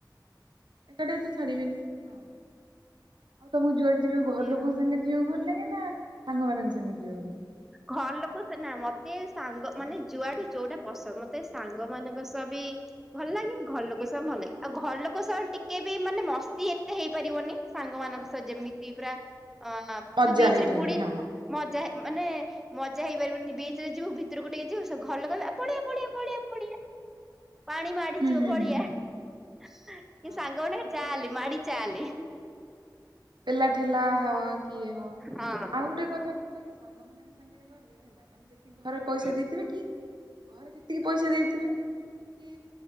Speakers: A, on the right; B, in the centre.
A: ଏକାଟିଆ ତ ଛାଡିବେନି ତ ମୁଁ ଯୁଆଡେ ଯିବ ଘର
B: ଇଏ
A: ଲୋକଙ୍କ ସାଙ୍ଗରେ ଯିବାକୁ ଭଲ ଲାଗେ। ସାଙ୍ଗ ମାନଙ୍କ ସାଙ୍ଗରେ ଯିବାକୁ ଭଲ ଲାଗେ।
B: ଘର ଲୋକ ସେ ନା ମତେ ସାଙ୍ଗ ମାନେ ଯୋଆକୁ ଯୋଉଟା ପସନ୍ଦ ମତେ ସାଙ୍ଗ ମାନଙ୍କ ସହ ବି ଭଲ ଲାଗେ ଘର ଲୋକ ସହ ଭଲ ଲାଗେ ଆଉ ଘର ଲୋକଙ୍କ ସହ ଟିକେ ବି ମାନେ ମସ୍ତି ଏତେ ହେଇପାରିବନି ସାଙ୍ଗମାନଙ୍କ ସହ ଯେମିତି ପୁରା। ଅ
A: ମଜା
B: ତୁ ବିଚ୍
A: ହେଇପାରିବନି
B: ରେ ବୁଢୀ
A: ହଁ
B: ମଜା ମାନେ ମଜା ହେଇ ପାରିବନି ବିଚ୍ ରେ ଯିବୁ ଭିତୁରକୁ ଟିକେ ଯିବୁ ଘରଲୋକ କହିବେ ଆ ପଳେଇଆ ପଳେଇଆ ପଳେଇଆ। ପାଣି ମାଡି
A: ହୁଁ
B: ଯିବ
A: ହୁଁ
B: ପଳେଇଆ।
A: ହୁଁ
B: <inaudible>
A: ହଁ
B: କି ସାଙ୍ଗମାନେ କହିବେ
A: କିନ୍ତୁ
B: ଚାଲେ ମାଡ଼ି ଚାଲେ।
A: ପେଲା ଠେଲା ହ କିଏ ହଁ
B: ହଁ।
A: ଆଉ ଗୋଟେ କଥା କଣ କହିଲେ ସାଙ୍ଗମାନଙ୍କ ସାଙ୍ଗରେ ଗଲେ ହେଲା ମାନେ ଯେତିକି ଘରେ ପଇସା
B: ହୁଁ
A: ଦେଇଥିବେ କି ଘରେ ଯେତିକି ପଇସା ଦେଇଥିବେ କି